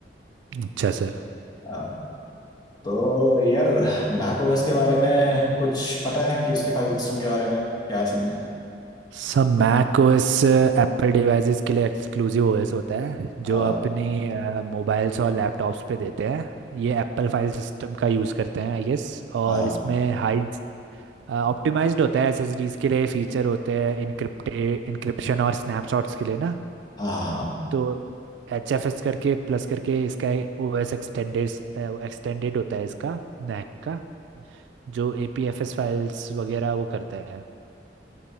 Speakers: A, on the right (about 80°); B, on the left (about 25°).
A: अच्छा sir
B: हाँ। तो यार मैक ओएस के बारे में कुछ पता है कि उसके फाइल सिस्टम के बारे में क्या सीन है
A: Sir Mac OS Apple devices के लिए एक्सक्लूसिव ओएस होता है
B: आ,
A: जो अपनी मोबाइल्स और लैपटॉप्स पे देते हैं ये एप्पल फाइल सिस्टम का यूज़ करते हैं आई गेस और
B: हाँ
A: इसमें हाई ऑप्टिमाइज्ड होता है एसएसडीज के लिए फीचर होते हैं इनक्रिप्टे इनक्रिप्शन और स्नैपशॉट्स के लिए ना
B: हाँ
A: तो एच एफ एस करके प्लस करके इसका ओएस एक्सटेंडेड एक्सटेंडेड होता है इसका मैक का। जो APFS फाइल्स वगैरह वो करता है